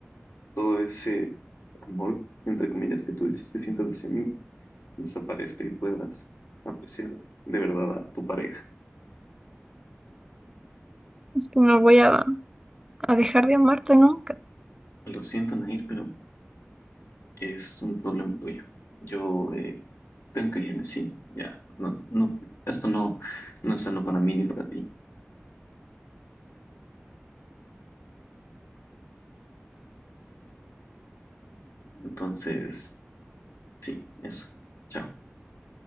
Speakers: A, on the left (about 80°); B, on the right (about 15°).
A: todo ese amor, entre comillas, que tú dices que sientes hacia mí, desaparezca y puedas apreciar de verdad a tu pareja.
B: Es que no voy a, a dejar de amarte nunca.
A: Lo siento, Nair, pero es un problema tuyo. Yo eh, tengo que irme, sí, ya, no, no, esto no, no es sano para mí ni para ti. Entonces, sí, eso. Chao.